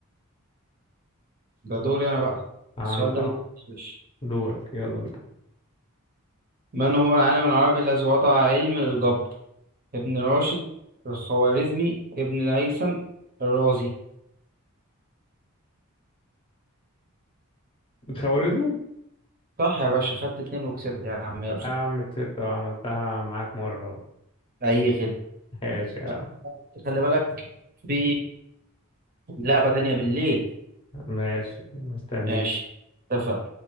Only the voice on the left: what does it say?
عند
اه
دورك يلا بينا
الخوارزمي
آه عم كسبت وعملتها معاك مرة
ماشي يا
عم
ماشي مستني